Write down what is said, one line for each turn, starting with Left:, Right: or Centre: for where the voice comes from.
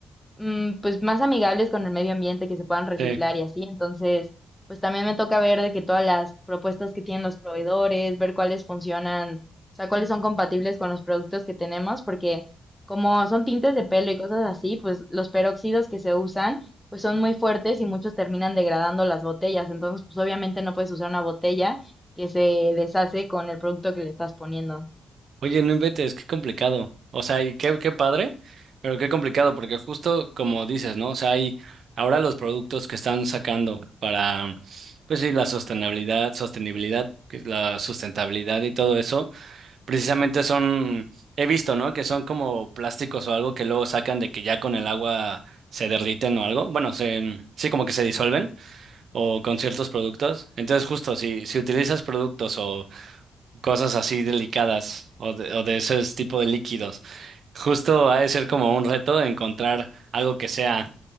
Centre: mm, pues más amigables con el medio ambiente, que se puedan reciclar
Right: Sí.
Centre: y así. Entonces, pues también me toca ver de que todas las propuestas que tienen los proveedores, ver cuáles funcionan, o sea, cuáles son compatibles con los productos que tenemos, porque como son tintes de pelo y cosas así, pues los peróxidos que se usan, pues son muy fuertes y muchos terminan degradando las botellas. Entonces, pues obviamente no puedes usar una botella que se deshace con el producto que le estás poniendo.
Right: Oye, no inventes, qué complicado. O sea, y qué, qué padre, pero qué complicado, porque justo como dices, ¿no? O sea, hay ahora los productos que están sacando para, pues sí, la sostenibilidad, sostenibilidad, que es la sustentabilidad y todo eso. Precisamente son, he visto, ¿no? Que son como plásticos o algo que luego sacan de que ya con el agua se derriten o algo. Bueno, se, sí, como que se disuelven o con ciertos productos. Entonces, justo si, si utilizas productos o cosas así delicadas o de, o de ese tipo de líquidos, justo ha de ser como un reto encontrar algo que sea,